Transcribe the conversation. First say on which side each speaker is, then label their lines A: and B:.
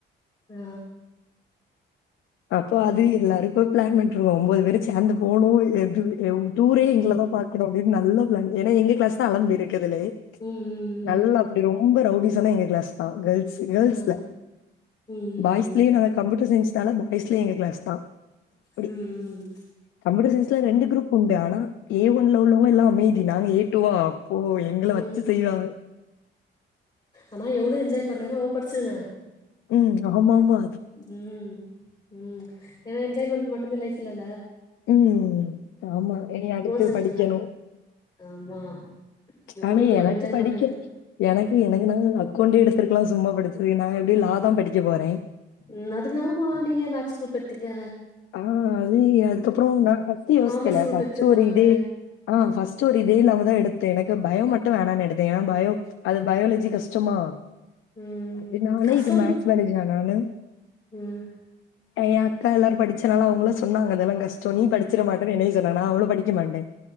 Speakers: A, on the left; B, on the left.
A: அ
B: அப்போ அது எல்லாருக்கு ப்ளான் பண்ட்ருக்கோ ஒம்போது பேரு சேந்து போணு எது டூரே எங்ள தா பாக்கணு அப்டின் நல்ல ப்ளான் ஏனா எங்க க்ளாஸ் தா அளம்பு இருக்கதுலே
A: ம் ம் ம்
B: நல்லா அப்டி ரொம்ப ரவுடிசன்னா எங்க க்ளாஸ் அ கேர்ள்ஸ் கேர்ள்ஸ்ல
A: ஆ ம்
B: பாய்ஸ்லயே நாங்க கம்யூட்டர் சயின்ஸ்னால <unintelligible> எங்க க்ளாஸ் தா அப்பிடி
A: ம் ம்
B: கம்ப்யூட்டர் சயின்ஸ்ல ரெண்டு குரூப்புண்டு ஆனா ஏ ஒன்ல உள்ளவங்கல்லா அமைதி நாங்க ஏ டூவா அப்போ எங்கள
A: ம்
B: வச்சு செய்வாங்க
A: ஆனா எவ்ளோ என்ஜாய் பண்ரிங்ளோ அவ்ளோ பட்ச்சிடுங்க
B: ம் ஆமா ஆமா
A: ம் ம் ஏன்னா என்ஜாய்மண்ட் மட்டுமே லைஃப்ல்ல
B: ம் ஆமா இனி அடுத்தது
A: செஞ்சிருங்க
B: படிக்கணு
A: ஆமா எவ்ளோக்கு
B: ஆனா
A: எவ்ளோ
B: எனக்கு
A: என்ஜாய்
B: படிக்க
A: பண்றீங்களோ
B: எனக்கு எனக்கு நா அக்கௌண்ட் எடுத்துருக்கலா சும்மா படிச்சததுக்கு நா எப்டியு லா தா படிக்க போற
A: ம் அதுங்க ஆமா நீங்க ஏய மேக்ஸ் க்ரூப்பெடுத்தீங்க
B: அ அது அதுக்கப்பற நா ஃபஸ்ட்டு யோசிக்கல
A: காமர்ஸ்
B: சோ
A: குரூப்
B: எதாச்சு
A: எடுத்துருக்கலால்ல
B: ஒரு இது அ ஃபஸ்ட் ஒரு இதே இல்லாமதா எடுத்த எனக்கு பயோ மட்டு வேணான்னு எடுத்தே ஏனா பயோ அது பயாலஜி கஷ்டமா
A: ம்
B: அதுனால
A: கஷ்டம்
B: இட்டு மேக்ஸ் பயாலஜி வேணான்னு
A: ம்
B: எய அக்கா எல்லார் படிச்சனால அவுங்களா சொன்னாங்க அதெல்லா கஷ்ட நீ படிச்சிற
A: ம்
B: மாட் அப்பற என்னய சொன்னாங்க நா அவ்ளோ படிக்க மாட்ட